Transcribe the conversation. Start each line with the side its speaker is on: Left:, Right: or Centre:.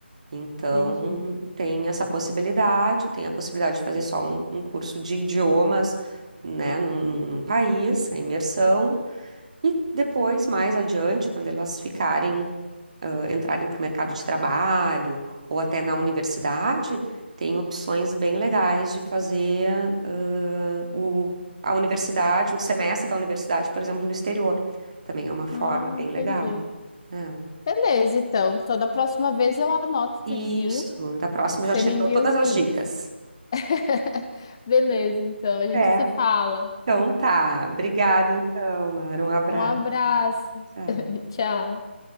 Right: então
Left: entendi.
Right: tem essa possibilidade, tem a possibilidade de fazer só um, um curso de idiomas, né, num, num num país, a imersão, e depois, mais adiante, quando elas ficarem, ah, entrarem para o mercado de trabalho ou até na universidade, tem opções bem legais de fazer ah, o- a universidade, um semestre da universidade, por exemplo, no exterior. Também é uma forma
Left: Ah,
Right: bem
Left: entendi.
Right: legal. né?
Left: Beleza, então. Então, da próxima vez eu anoto
Right: Isso,
Left: tudinho.
Right: da próxima
Left: Você
Right: eu já te
Left: me
Right: dou
Left: envia
Right: todas
Left: os links.
Right: as dicas.
Left: <laughs> Beleza, então. A gente
Right: É,
Left: se fala.
Right: então tá. Obrigada, então. Era um abraço.
Left: Um abraço.
Right: Tchau.
Left: <laughs> Tchau.